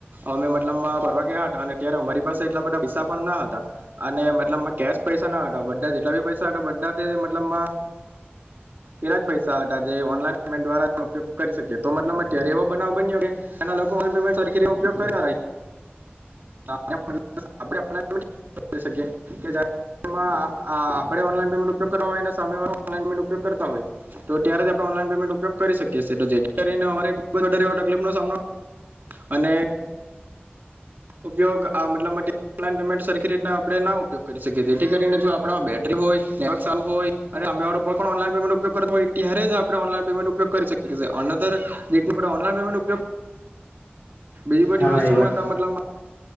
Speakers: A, on the right; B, on the left.
A: અમે મતલબ ફરવા ગયા હતા અને ત્યારે અમારી પાસે એટલા બધા પૈસા પણ ના હતા અને મતલબ કેશ પૈસા ના હતા બધા જેટલા બી પૈસા હતા બધા મતલબ એલા જ પૈસા હતા જે ઓનલાન પેમેન્ટ દ્વારા ઉપયોગ કરી શકીએ તો મતલબ અત્યારે એવો બનાવ બન્યો કે એના લોકો પેમેન્ટી ઉપયોગ કર ના ર આપણે ઓલામેન્ટ ઉપગ કરવા હોય સામેમે ઉપયોગ કરતા હોય તો ત્યારે આપણે ઓનન પમેન્ટ ઉપયોગ કરી શકીએ જેથી કરીને અમારે ખુબ જારે એ તકલીફ નો સામનો અને ઉપયોગ આ મતલબન પેમેન્ટ સરખી રીતના આપણે ના ઉપયોગ કરી શકીએ જેથી કરીને જો આપ બેટરી હોયને સારું હોય અને અમેો ઓનમેન્ટ ઉપયો કરતા હોય ત્યારે જ આપણે ઓનલાન પમેન્ટ ઉપયોગ કરીકીએએ અનધર રીત ઓનલાન પમેન્ટ ઉપયોગ બીજી બધી
B: હા
A: વસ્તુ
B: એ વાત
A: માટે મતલબ